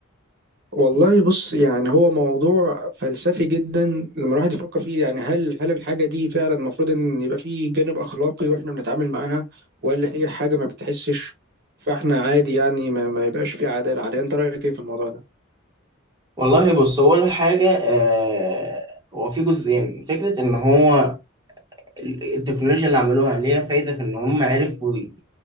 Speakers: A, on the right; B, on the right.
A: والله بص يعني هو موضوع فلسفي جدا لما الواحد يفكر فيه يعني هل هل الحاجة دي فعلا المفروض ان يبقى فيه جانب اخلاقي واحنا بنتعامل معاها ولا هي حاجة ما بتحسش فاحنا عادي يعني ما, ما يبقاش فيه عدالة عليها انت رأيك ايه في الموضوع ده؟
B: والله بص هو أول حاجة آه، هو في جزئين فكرة إن هو ال- التكنولوجيا اللي عملوها ليها فايدة في إن هم عرفوا ي-